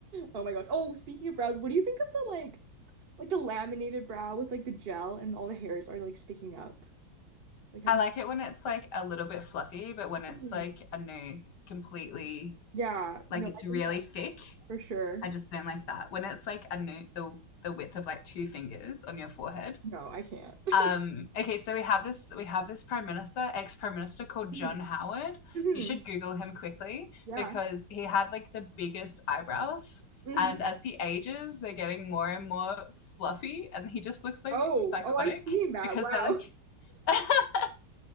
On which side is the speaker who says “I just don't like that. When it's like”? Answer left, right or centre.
Left